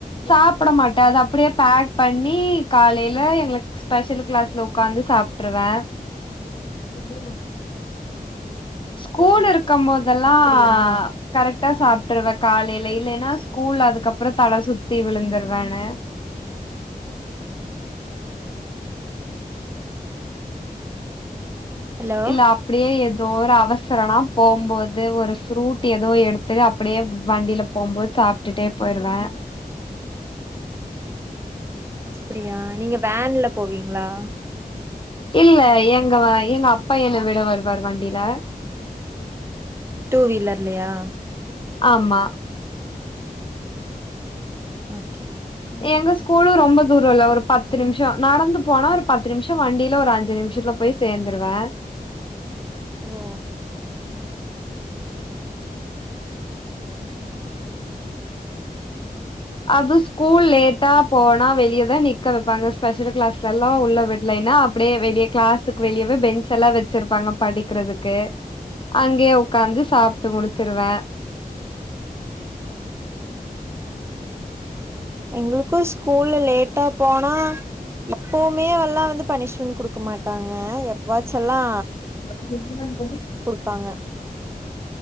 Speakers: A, on the left; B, on the right.
A: சாப்டமாட்ட அத அப்டியே பேக் பண்ணி காலையில எங்களுக்கு ஸ்பெஷல் கிளாஸ்ல ஒக்காந்து சாப்ட்டுருவே <inaudible> ஸ்கூல் இருக்கம் போத் லல்லா
B: அப்டியா
A: கரெக்டா சாப்ட்ருவே காலையில இல்லேன்னாஸ் ஸ்கூல் அதுக்கப்பறோ தலசுத்தி விழுந்துருவேனு
B: ஹலோ
A: இல்ல அப்டியே எத் தோஒரு அவசரோனா போம்போது ஒரு ஃப்ரூட் ஏதோ எடுத்து அப்படியே வண்டில போம்போது சாப்ட்டுட்டே போயிருவே
B: அப்டியா நீங்க வேன்ல போவீங்ளா
A: இல்ல எங்க எங்க அப்பா என்ன விட வருவாரு வண்டில
B: டூ வீலர்ல்லயா
A: ஆமா
B: ஓகே
A: எங்க ஸ்கூலு ரொம்ப தூரம்ல்ல ஒரு பத்து நிமிஷோ நடந்து போனா ஒரு பத்து நிமிஷோ வண்டில ஒரு அஞ்சு நிமிஷத்துல போய் சேந்துருவே
B: ஓ
A: அது ஸ்கூல் லேட்டா போனா வெளியதா நிக்க வெப்பாங்க ஸ்பெஷல் கிளாஸ்லல்லா உள்ள விட்லேன்னா அப்டியே வெளிய கிளாஸுக்கு வெளியவே பெஞ்ச்செல்லா வச்சிருப்பாங்க படிக்றதுக்கு அங்கயே ஒக்காந்து சாப்ட்டு முடிச்சிருவே
B: எங்ளுக்கு ஸ்கூலு லேட்டா போனா போ மேயல்லா வந்து பனிஷ்மெண்ட் கொடுக்க மாட்டாங்க எப் வாச்சல்லா
A: <inaudible> <unintelligible>
B: குடுப்பாங்க
A: <unintelligible>